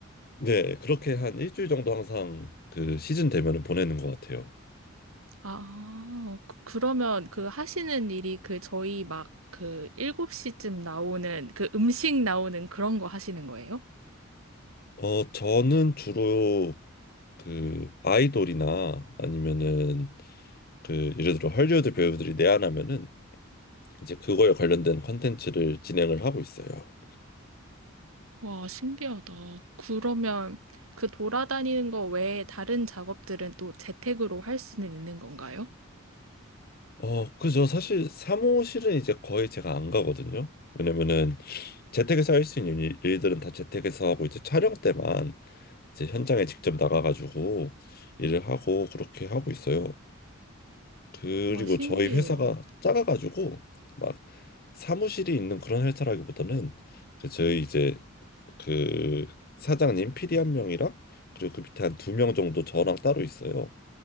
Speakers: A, on the left; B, on the right.
A: 네, 그렇게 한 일주일 정도 항상 그 시즌 되면은 보내는 것 같아요.
B: 아, 그- 그러면 그 하시는 일이 그 저희 막 그 7시쯤 나오는 그 음식 나오는 그런 거 하시는 거예요?
A: 어, 저는 주로 그 아이돌이나 아니면은 그 예를 들어 헐리우드 배우들이 내한하면은 이제 그거에 관련된 컨텐츠를 진행을 하고 있어요.
B: 와, 신기하다. 그러면 그 돌아다니는 거 외에 다른 작업들은 또 재택으로 할 수는 있는 건가요?
A: 어, 그죠. 사실 사무실은 이제 거의 제가 안 가거든요. 왜냐면은 재택에서 할 수 있는 일- 일들은 다 재택에서 하고 이제 촬영 때만 이제 현장에 직접 나가가지고 일을 하고 그렇게 하고 있어요. 그리고
B: 와, 신기해요.
A: 저희 회사가 작아가지고 막 사무실이 있는 그런 회사라기보다는 그 저희 이제 그 사장님 PD 한 명이랑 그리고 그 밑에 한 두 명 정도 저랑 따로 있어요.